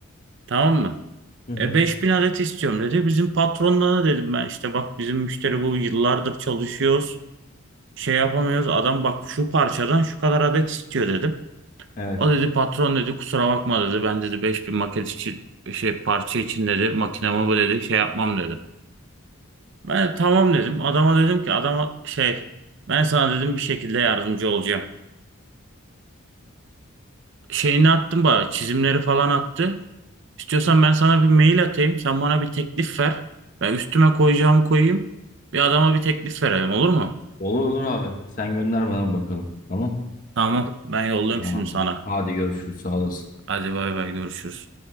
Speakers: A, on the right (about 55°); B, on the left (about 40°).
A: Tamam mı?
B: Hı hı.
A: E 5000 adet istiyorum dedi. Bizim patronlarına dedim ben işte bak bizim müşteri bu yıllardır çalışıyoruz. şey yapamıyoruz. Adam bak şu parçadan şu kadar adet istiyor dedim.
B: Evet.
A: O dedi patron dedi kusura bakma dedi. Ben dedi 5000 maket için şey parça için dedi makinamı bu dedi şey yapmam dedi. Ben de tamam dedim. Adama dedim ki adama şey ben sana dedim bir şekilde yardımcı olacağım. Şeyini attım bana çizimleri falan attı. İstiyorsan ben sana bir mail atayım. Sen bana bir teklif ver. Ben üstüme koyacağımı koyayım. Bir adama bir teklif verelim olur mu?
B: Olur olur abi. Sen gönder bana bakalım. Tamam.
A: Tamam ben yolluyorum
B: Tamam
A: şimdi
B: abi.
A: sana.
B: Hadi görüşürüz. Sağ olasın.
A: Hadi bay bay görüşürüz.